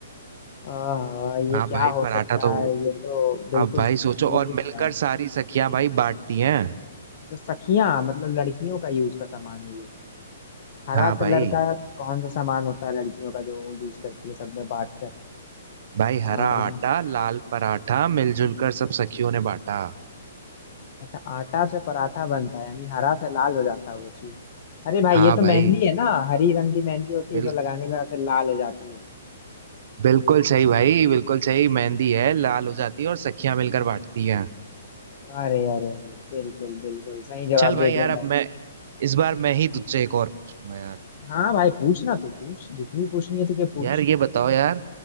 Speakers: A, on the left (about 40°); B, on the right (about 55°).
A: आह, ये
B: हाँ
A: क्या
B: भाई
A: हो
B: पराठा
A: सकता
B: तो
A: है ये तो बिल्कुल
B: अब भाई
A: सूझ
B: सोचो और
A: ही नहीं
B: मिलकर
A: रहा है
B: सारी सखियां भाई बांटती हैं
A: अच्छा सखियां मतलब लड़कियों का यूज का सामान है ये हरा
B: हाँ भाई
A: कलर का कौन सा सामान होता है लड़कियों का जो यूज करती है सब में बांट कर
B: भाई
A: आह,
B: हरा आटा लाल पराठा मिलजुल कर सब सखियों ने बांटा
A: अच्छा आटा से पराठा बनता है यानी हरा से लाल हो जाता है वो चीज अरे भाई
B: हाँ
A: ये तो
B: भाई
A: मेहंदी है ना हरी रंग की मेहंदी होती
B: बिल,
A: है जो लगाने के बाद फिर लाल हो जाती है
B: बिल्कुल सही भाई बिल्कुल सही मेहंदी है लाल हो जाती है और सखियां मिलकर बांटती हैं
A: अरे अरे अरे बिल्कुल बिल्कुल सही जवाब
B: चल भाई
A: दे दिया
B: यार अब
A: मैंने
B: मैं इस बार मैं ही तुझसे एक और पूछूंगा यार
A: हाँ भाई पूछना तो पूछ जितनी पूछनी है तुझे पूछ
B: यार ये बताओ यार